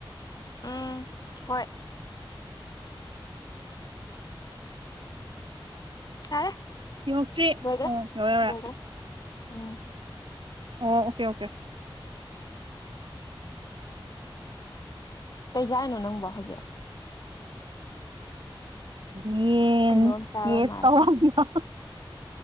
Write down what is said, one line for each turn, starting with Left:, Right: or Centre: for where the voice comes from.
Left: ꯎꯝ ꯍꯣꯏ ꯌꯥꯔꯦ
Right: ꯌꯧꯔꯛꯇ꯭ꯔꯤ
Left: ꯂꯣꯏꯈ꯭ꯔꯥ
Right: ꯑꯣ ꯌꯧꯔꯦ ꯌꯧꯔꯦ
Left: ꯂꯣꯏꯈ꯭ꯔꯦ ꯎꯝ
Right: ꯑꯣ ꯑꯣꯀꯦ ꯑꯣꯀꯦ
Left: ꯀꯩꯆꯥꯔꯤꯅꯣ ꯅꯪꯕ ꯍꯧꯖꯤꯛ
Right: ꯌꯦꯟ
Left: ꯀꯩꯅꯣꯝ ꯆꯥꯕ
Right: ꯌꯦꯟ
Left: ꯃꯥꯜꯂꯦ
Right: ꯇꯧꯔꯝꯕ